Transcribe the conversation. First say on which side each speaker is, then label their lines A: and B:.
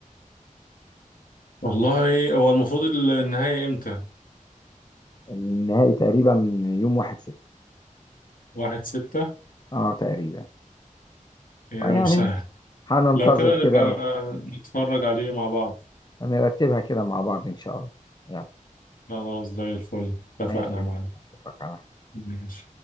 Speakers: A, on the left; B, on the left.
A: والله هو المفروض ال- النهائي امتى
B: النهائي تقريبا يوم 1 6
A: واحد ستة
B: اه تقريبا
A: يا
B: يعني
A: مسهل
B: هننتظر
A: لو كده نبقى
B: كده
A: نتفرج عليه مع بعض
B: هنرتبها كده مع بعض إن شاء الله يلا
A: خلاص زي الفل اتفقنا
B: ماشي
A: معنا
B: أشوفك على خير
A: ماشي